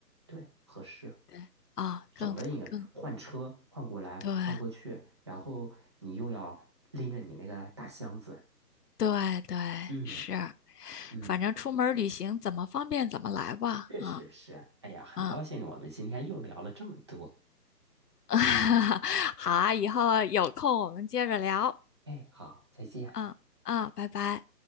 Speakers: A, on the right; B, on the left.
A: 对，合适，
B: 对啊，
A: 省得你换车换过来换过去，
B: 更更对
A: 然后你又要拎着你那个大箱子。
B: 对对
A: 嗯
B: 是，
A: 嗯，
B: 反正出门儿旅行怎么方便怎么来吧，
A: 确实是。
B: 嗯
A: 哎呀，很高兴我们今天又聊了这么多。
B: 嗯，<laughs> 好啊，以后有空我们接着聊，
A: 哎，好，再见。
B: 嗯嗯，拜拜。